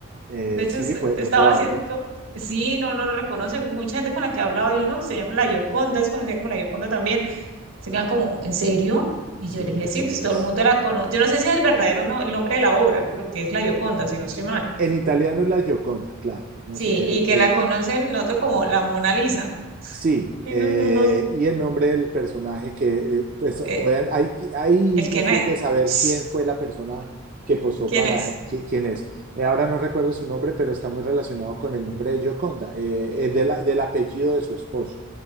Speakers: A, on the right; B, on the right.
A: eh,
B: De hecho,
A: sí,
B: es-
A: pues
B: estaba
A: es probable,
B: haciendo, sí, no, no lo reconoce. Mucha gente con la que he hablado, yo no, se llama la Gioconda, es conocida como la Gioconda también. Se quedan como, ¿en serio? Y
A: sí,
B: yo le dije,
A: así
B: sí, pues
A: es.
B: todo el mundo la conoce. Yo no sé si es el verdadero no, el nombre de la obra, creo que es la Gioconda, si no estoy mal.
A: En italiano es la Gioconda, claro. No
B: Sí,
A: sé,
B: y
A: eh,
B: que
A: eh,
B: la conocen nosotros como la Mona Lisa.
A: Sí,
B: Y
A: eh,
B: no, no, no,
A: y el nombre del personaje que eh, pues,
B: eh,
A: todavía hay, hay
B: el
A: indicios
B: que na-
A: de saber
B: <tsk>
A: quién fue la persona que posó
B: ¿Quién
A: para
B: es?
A: él, qui- quién es. Eh, ahora no recuerdo su nombre, pero está muy relacionado con el nombre de Gioconda, eh, eh, de la- del apellido de su esposo,